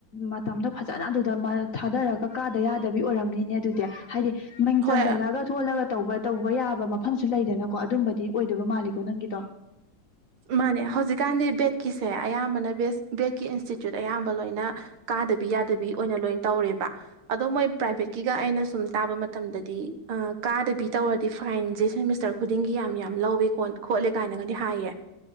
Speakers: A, on the left (about 55°); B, on the right (about 75°).
A: ꯃꯇꯝꯗꯣ ꯐꯖꯅ ꯑꯗꯨꯗ ꯊꯥꯗꯔꯒ ꯀꯥꯗ ꯌꯥꯗꯕꯤ ꯑꯣꯏꯔꯝꯅꯤꯅꯦ ꯑꯗꯨꯗꯤ ꯍꯥꯏꯗꯤ ꯃꯤꯡ
B: ꯍꯣꯏ
A: ꯆꯟꯖꯜꯂꯒ ꯁꯣꯜꯂꯒ ꯇꯧꯕ ꯇꯧꯕ ꯌꯥꯕ ꯃꯐꯝꯁꯨ ꯂꯩꯗꯅꯀꯣ ꯑꯗꯨꯝꯕꯗꯤ ꯑꯣꯏꯗꯕ ꯃꯥꯜꯂꯤꯀꯣ ꯅꯪꯒꯤꯗꯣ
B: ꯃꯥꯅꯦ ꯍꯧꯖꯤꯛꯀꯥꯟꯗꯤ ꯕꯦꯠꯀꯤꯁꯦ ꯑꯌꯥꯝꯕꯅ ꯕꯦꯁ ꯕꯦꯠꯀꯤ ꯏꯟꯁꯇꯤꯇ꯭ꯌꯨꯠ ꯑꯌꯥꯝꯕ ꯂꯣꯏꯅ ꯀꯥꯗꯕꯤ ꯌꯥꯗꯕꯤ ꯑꯣꯏꯅ ꯂꯣꯏꯅ ꯇꯧꯔꯦꯕ ꯑꯗꯣ ꯃꯣꯏ ꯄ꯭ꯔꯥꯏꯚꯦꯠꯀꯤꯒ ꯑꯩꯅ ꯁꯨꯝ ꯇꯥꯕ ꯃꯇꯝꯗꯗꯤ ꯑ ꯀꯥꯗꯕꯤ ꯇꯧꯔꯗꯤ ꯐꯥꯏꯟꯁꯦ ꯁꯦꯃꯤꯁꯇꯔ ꯈꯨꯗꯤꯡꯒꯤ ꯌꯥꯝ ꯌꯥꯝ ꯂꯧꯋꯦ ꯈꯣꯠꯂꯦ ꯀꯥꯏꯅꯒꯗꯤ ꯍꯥꯏꯌꯦ